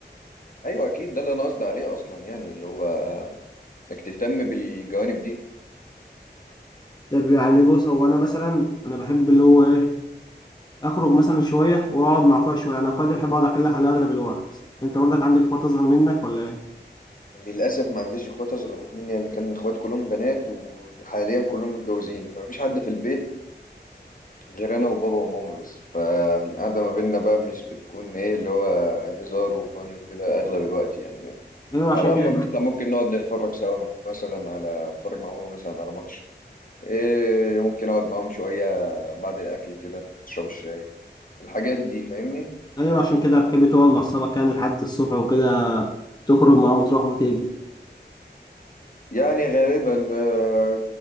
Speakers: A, on the left; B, on the left.
A: ايوه اكيد ده اللي انا قصدي عليه اصلا يعني اللي هو انك تهتم بالجوانب دي
B: طب يعني بص هو انا مثلا انا بحب اللي هو ايه اخرج مثلا شويه واقعد مع اخويا شويه انا اخويا ده بحب اقعد اكلها على اغلب الوقت انت برضك عندك اخوات اصغر منك ولا ايه
A: للاسف ما عنديش اخوات اصغر مني يعني كان اخواتي كلهم بنات وحاليا كلهم متجوزين فمفيش حد في البيت غير انا وبابا وماما بس فالقعده ما بيننا بقى مش بتكون ايه اللي هو هزار وفاني وكده اغلب الوقت يعني يعني
B: ايوه عشان
A: لما
B: كده
A: بنطلع ممكن نقعد نتفرج سوا مثلا على نتفرج مع بابا مثلا على ماتش إيه ممكن اقعد معاهم شوية بعد الاكل كده اشرب الشاي الحاجات دي فاهمني
B: <laughs> ايوه عشان كده بحب تقعد مع اصحابك يعني لحد الصبح وكده تخرج معاهم وتروح وتيجي
A: يعني غالبا آه،